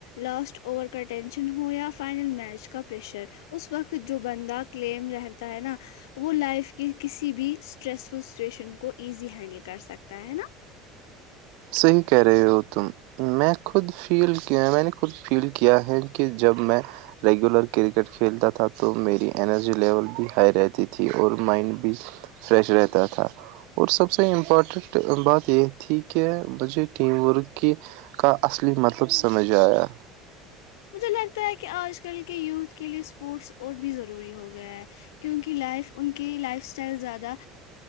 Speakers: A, on the left; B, on the right.
A: لاسٹ اوور کا ٹینشن ہو یا فائنل میچ کا پریشر اس وقت جو بندہ کلیم رہتا ہے نا وہ لائف کی کسی بھی اسٹریس فل سچویشن کو ایز ہینڈل کر سکتا ہے ہے نا
B: صحیح کہہ رہے ہو تم میں خود فیل کیا میں نے خود فیل کیا ہے کہ جب میں ریگولر کرکٹ کھیلتا تھا تو میری انرجی لیول بھی ہائی رہتی تھی اور مائنڈ بھی فریش رہتا تھا اور سب سے امپارٹنٹ بات یہ تھی کہ مجھے ٹیم ورک کی کا اصلی مطلب سمجھ آیا
A: مجھے لگتا ہے کہ آج کل کے یوتھ کے لئے اسپورٹس اور بھی ضروری ہو گیا ہے کیونکہ لائف ان کی لائف اسٹائل زیادہ